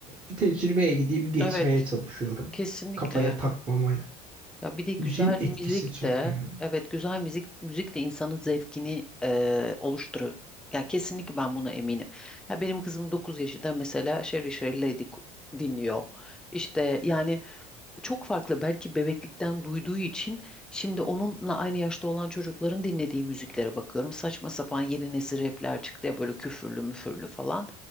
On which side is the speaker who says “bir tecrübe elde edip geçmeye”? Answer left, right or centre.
Right